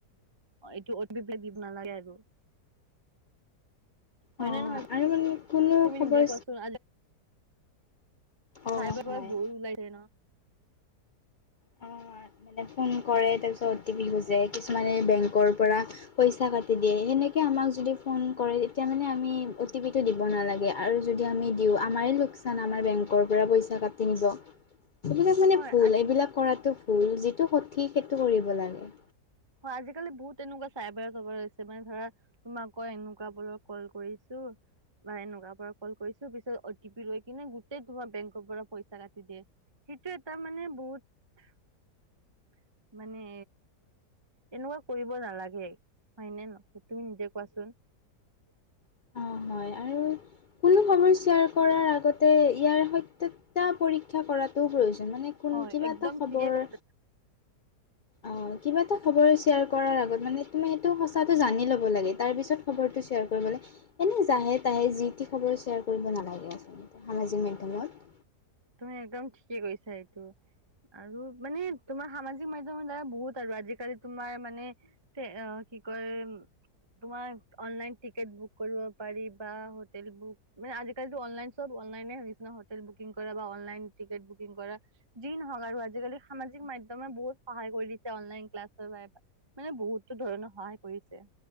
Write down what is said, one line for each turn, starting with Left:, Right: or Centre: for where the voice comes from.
Right: এইটো <unintelligible> দিব নালাগে আৰু হয়
Left: অ'
Right: নে নহয়।
Left: আৰু মানে কোনো
Right: তুমি
Left: খবৰ
Right: নিজে কোৱাচোন
Left: অ'
Right: চাইবাৰৰ
Left: হয়
Right: পৰা বহুত ওলাই যায় নহয়।
Left: অ' মানে ফোন কৰে তাৰ পিছত অটি পি খোজে কিছুমানে বেংকৰ পৰা পইচা কাটি দিয়ে সেনেকে। আমাক যদি ফোন কৰে তেতিয়া মানে আমি অ' টি পিটো দিব নালাগে আৰু যদি আমি দিওঁ আমাৰ লোক চান আমাৰ বেংকৰ পৰা পইচা কাটি নিব এইবিলাক মানে
Right: হয়
Left: ভুল
Right: আজি
Left: এইবিলাক কৰাটো ভুল, যিটো সঠিক সেইটো কৰিব লাগে।
Right: হয় আজিকালি বহুত এনেকুৱা চাইবাৰ <unintelligible> মানে ধৰা তোমাক কৈ এনেকুৱা বোৰৰ কল কৰিছোঁ। অ', বা এনেকুৱা পৰা কল কৰিছোঁ, পিছত অটি পি লৈ কিনে গোটেই তোমাৰ বেংকৰ পৰা পইচা কাটি দিয়ে। সেইটো এটা মানে বহুত মানে এনেকুৱা কৰিব নালাগে হয়নে ন তুমি নিজে কোৱাচোন? <inaudible>
Left: অ' হয় আৰু কোনো খবৰ শ্বেয়াৰ কৰাৰ আগতে ইয়াৰ সত্যতা পৰীক্ষা কৰাটো প্ৰয়োজন। মানে কোন
Right: হয়
Left: কিবা
Right: একদম
Left: এটা খবৰ।
Right: ঠিকে কৈছা <unintelligible>
Left: অ' কিবা এটা খবৰ শ্বেয়াৰ কৰাৰ আগত মানে তুমি সেইটো সঁচাটো জানি ল'ব লাগে তাৰ পিছ খবৰটো শ্বেয়াৰ কৰিব এনে জাহে তাহে যি তি খবৰ শ্বেয়াৰ কৰিব নালাগে আচলতে সামাজিক মাধ্যমত।
Right: তুমি একদম ঠিকে কৈছা এইটো। আৰু মানে তোমাৰ সামাজিক মাধ্যমত দ্বাৰা বহুত আৰু আজিকালি তোমাৰ মানে কি কয় তোমাৰ অনলাইন টিকেট বুক কৰিব পাৰি বা হোটেল বুক মানে আজিকালিো অনলাইন চ'ব অনলাইন কিছুমান হোটেল বুকিং কৰা বা অনলাইন টিকেট বুকিং কৰা যি নহওঁক আৰু আজিকালি সামাজিক মাধ্যম দমে বহুত সহায় কৰি দিছে অনলাইন ক্লাছৰ বাবে মানে বহুতো ধৰণৰ সহায় কৰিছে।